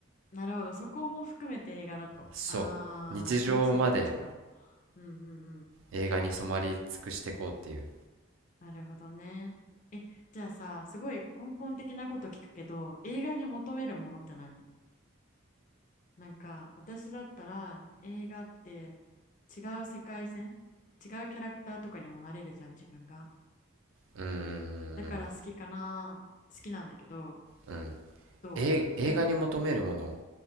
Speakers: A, on the left; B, on the right.
A: なるほど。そこも含めて映画だと。
B: そう。
A: ああ、
B: 日常まで
A: 新しい価値観。うんうんうん。
B: 映画に染まり尽くしてこうっていう。
A: なるほどね。え、じゃあさ、すごい根本的なこと聞くけど、映画に求めるものって何なんか、私だったら映画って違う世界線違うキャラクターとかにもなれるじゃん、自分が。
B: うーん、
A: だから好きかな、好きなんだけど、
B: うん。
A: どうな、
B: え、映画に求めるもの